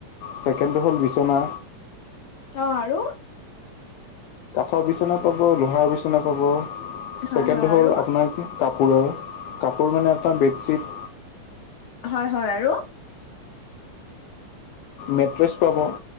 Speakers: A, on the left; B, on the left.
A: ছেকেণ্ডটো হ'ল বিচনা
B: অ', আৰু?
A: কাঠৰ বিছনা পাব লোহাৰ বিচনা পাব,
B: হয়
A: ছেকেণ্ড
B: হয়
A: হ'ল
B: আৰু?
A: আপোনাৰ কাপোৰৰ। কাপোৰ মানে এটা বেডশ্বীট
B: হয়, হয়, আৰু?
A: মেট্ৰেছ পাব।